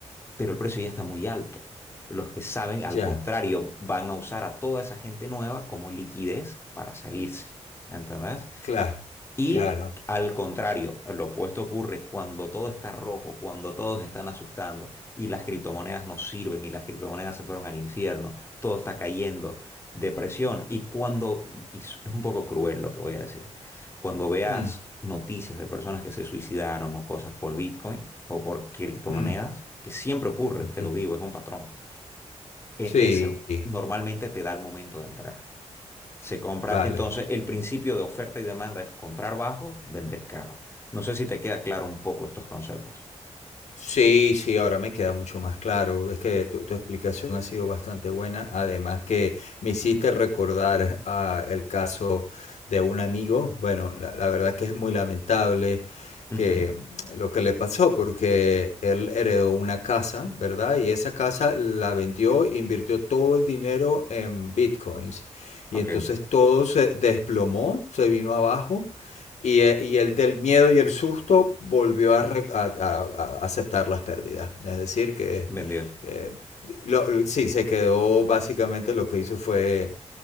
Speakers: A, on the left (about 20°); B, on the left (about 80°).
A: pero el precio ya está muy alto. Los que saben, al
B: Ya.
A: contrario, van a usar a toda esa gente nueva como liquidez para salirse. ¿Entendés?
B: Claro,
A: Y
B: claro.
A: al contrario, lo opuesto ocurre cuando todo está rojo, cuando todos están asustando y las criptomonedas no sirven y las criptomonedas se fueron al infierno, todo está cayendo, depresión. Y cuando, y es es un poco cruel lo que voy a decir, cuando veas
B: Mm,
A: noticias de personas que se suicidaron o cosas por Bitcoin o por criptomonedas,
B: mm,
A: que siempre ocurre,
B: ujú.
A: te lo digo, es un patrón, e-
B: Sí,
A: es el- normalmente te da el momento de entrar. Se compra,
B: vale.
A: entonces el principio de oferta y demanda es comprar bajo, vender caro. No sé si te queda claro un poco estos conceptos.
B: Sí, sí, ahora me queda mucho más claro. Es que tu, tu explicación ha sido bastante buena. Además que me hiciste recordar ah, el caso de un amigo. Bueno, la, la verdad que es muy lamentable que
A: Ujú,
B: lo que le pasó porque él heredó una casa, ¿verdad? Y esa casa la vendió, invirtió todo el dinero en bitcoins. Y
A: Ok,
B: entonces todo se desplomó, se vino abajo y, e- y el del miedo y el susto volvió a, re- a- a- a aceptar las pérdidas. Es decir, que
A: vendido.
B: eh, lo- l- sí, se quedó básicamente lo que hizo fue